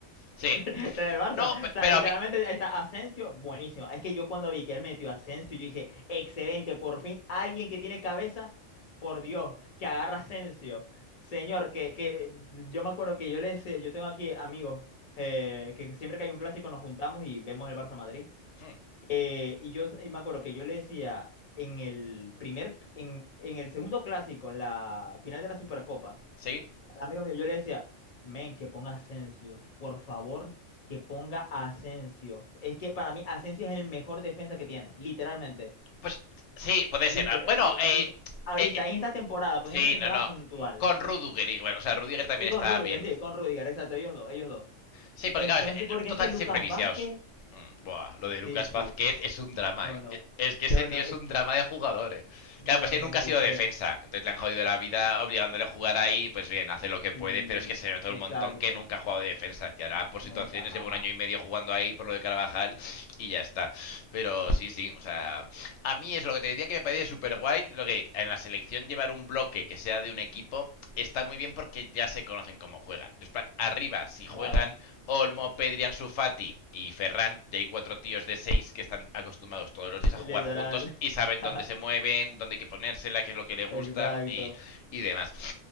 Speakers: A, on the left; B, on the left.
A: sí,
B: Está en el Barça.
A: no,
B: O sea,
A: pero
B: literalmente
A: a mí,
B: está Asensio, buenísimo. Es que yo cuando vi que él metió a Asensio, yo dije, excelente, por fin alguien que tiene cabeza, por Dios, que agarra a Asensio. Señor, que, que yo me acuerdo que yo le decía, yo tengo aquí amigos, eh, que siempre que hay un clásico nos juntamos y vemos el Barça Madrid.
A: Mm,
B: Eh, y yo y me acuerdo que yo le decía en el primer, en, en el segundo clásico, en la final de la Supercopa,
A: sí,
B: al amigo mío, yo le decía, men, que ponga Asensio, por favor, que ponga Asensio. Es que para mí Asensio es el mejor defensa que tiene, literalmente.
A: pues sí, puede ser,
B: Liter-
A: Ah, bueno,
B: eh, li-
A: eh,
B: li- Ahorita,
A: eh,
B: en esta temporada, pues
A: Sí,
B: en esta temporada
A: no, no.
B: puntual.
A: Con Rudiger, igual. o sea, Rudiger también
B: Y con
A: está
B: Rudiger,
A: bien.
B: sí, con Rudiger, exacto, ellos dos, ellos dos.
A: Sí, porque
B: Entonces,
A: claro, es que,
B: porque es que
A: eh,
B: Lucas
A: siempre lisiados.
B: Vázquez,
A: Mm, Buah, lo de Lucas
B: sí, sí,
A: Vázquez es un drama,
B: no,
A: eh.
B: no,
A: Eh, Es que
B: no,
A: ese tío
B: no,
A: es
B: es-
A: un drama de jugador, eh.
B: no,
A: Claro, pues que
B: no
A: nunca
B: puede
A: ha sido
B: ser.
A: defensa. Entonces le han jodido la vida obligándole a jugar ahí. Pues bien, hace lo que puede,
B: Sí,
A: pero es que se nota
B: exacto,
A: un montón que nunca ha jugado de defensa. Que ahora por
B: nunca
A: situaciones
B: jamás,
A: lleva un año y medio jugando ahí por lo de Carvajal y ya está. Pero sí, sí, o sea, a mí es lo que te diría que me parece súper guay. Lo que en la selección llevar un bloque que sea de un equipo está muy bien porque ya se conocen cómo juegan. Después, arriba, si juegan
B: ¿sabes?
A: Olmo, Pedri, Ansu Fati y Ferran, ya hay cuatro tíos de seis que están acostumbrados todos los días
B: Literal,
A: a jugar juntos y saben
B: <laughs>
A: dónde se mueven, dónde hay que ponérsela, qué es lo que le gusta
B: exacto.
A: y, y demás.